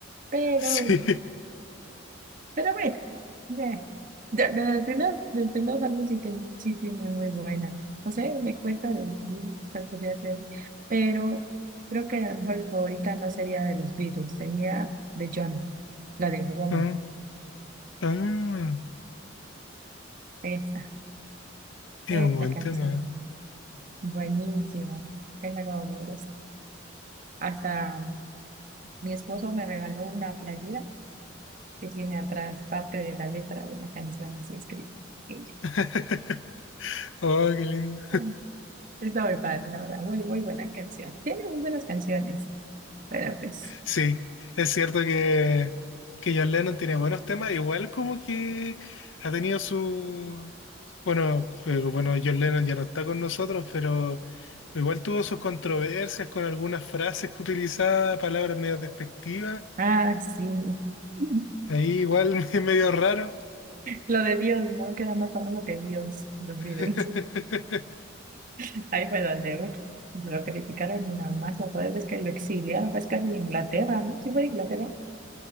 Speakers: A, on the right; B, on the left.
A: Pero,
B: Sí.
A: pero bueno, ve. De, de, los primeros, de los primeros álbumes sí, ten- sí tiene muy buena. No sé, me cuesta decidir cuál podría ser. Pero creo que a lo mejor mi favorita no sería de los Beatles, sería de John, la de Woman.
B: Ah, ah,
A: Esta,
B: es
A: esta
B: un buen
A: canción.
B: tema.
A: Buenísima. Esa como me gusta. Hasta mi esposo me regaló una playera que tiene atrás parte de la letra de la canción así escrita. Ella.
B: <laughs> Oh, qué lindo.
A: Bueno, Está muy padre, la verdad, muy, muy buena canción. Tiene muy buenas canciones, pero pues,
B: Sí, es cierto que, que John Lennon tiene buenos temas, igual como que ha tenido su... Bueno, eh, bueno, John Lennon ya no está con nosotros, pero igual tuvo sus controversias con algunas frases que utilizaba, palabras medio despectivas.
A: ah, sí. <laughs>
B: Ahí igual <laughs> es medio raro.
A: Lo de Dios, ¿no? Que era más famoso que Dios, los Beatles.
B: <laughs>
A: <laughs> Ahí fue donde uf, lo criticaron nada más, lo peor es que lo exiliaron, es casi de Inglaterra, ¿no? Sí fue de Inglaterra,